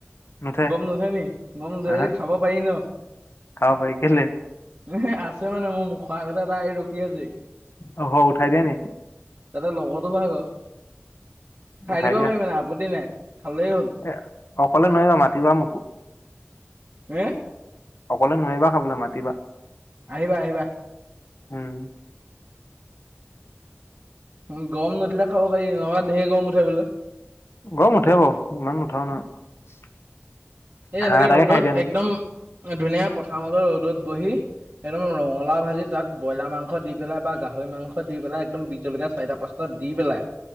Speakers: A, on the left; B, on the right.
A: নুঠে
B: গম নুথে নি গম নুথে
A: আহা
B: যদি খাব পাৰি ন
A: খাব পাৰি কেলে
B: এ আছে মানে মোৰ মুখৰ আগতে এটা ৰখি আছেহি
A: অ হ উঠাই দিয়া নি
B: তাতে লগতো ভাগৰ খাই
A: উঠাই
B: দিব
A: দিয়া
B: পাৰি মানে আপত্তি নাই খালেই হ'ল
A: এ অকলে নোৱাৰিবা মাতিবা মোকো
B: হে
A: অকলে নোৱাৰিবা খাবলৈ মাতিবা
B: আহিবা আহিবা
A: উম
B: উ গৰম নুঠিলে খাব পাৰি নহবা ঢেৰ গৰম উঠে বোলে
A: গৰম উঠে বাৰু ইমান নুঠাও নহয়
B: এ
A: হাঁহ
B: এনেকে
A: এটাকে
B: ৰ'দত
A: খাই দিয়া নেকি
B: একদম ধুনীয়া পথাৰ মাজত ৰ'দত বহি একদম ৰঙালাও ভাজি তাত ব্ৰইলাৰ মাংস দি পেলাই বা গাহৰি মাংস দি পেলাই একদম বিজলকীয়া চাৰিটা পাঁচটা দি পেলাই